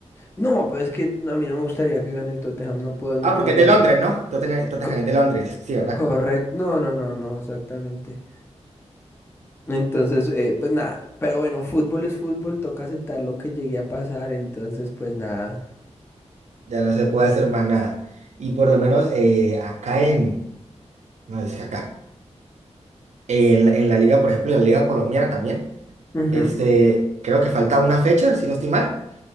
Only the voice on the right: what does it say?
Ah, porque
es de Londres, ¿no? Tottenham, Tottenham
es de Londres, sí, ¿verdad?
ya no se puede hacer más nada. Y por lo menos eh, acá en, no es que acá, en, en la liga, por ejemplo, en la liga colombiana también,
este, creo que falta una fecha, si no estoy mal,